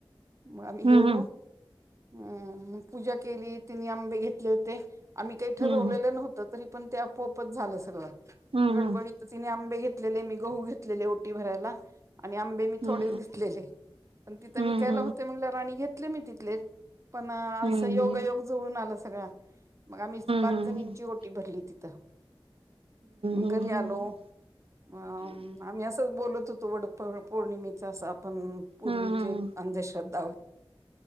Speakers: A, on the right; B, on the right.
A: मग आम्ही गेलो
B: हम्म
A: अम पूजा केली तिने आंबे घेतले होते आम्ही काही ठरवलेलं
B: हम्म
A: नव्हतं तरी पण ते आपोआपच झालं सगळ
B: हम्म
A: गडबडीत तिने आंबे घेत मी गहू घेतलेले ओटी भरायला आणि आंबे मी थोडे
B: हम्म
A: वेतलेले पण तिथं
B: हम्म
A: विकायला
B: हम्म हम्म
A: होते म्हणलं राणी घेतले मी तिथले पण असं
B: हम्म
A: योगयोग जुळून आला सगळा मग आम्ही पाच
B: हम्म हम्म
A: जणंची रोटी भरली तिथे मग
B: हम्म हम्म हम्म हम्म हम्म हम्म
A: घरी आलो अ आम्ही असं बोलत, वड पौर्णिमेचा अस आपण पूर्वीचे
B: हम्म
A: अंध्रद्ध, <inaudible>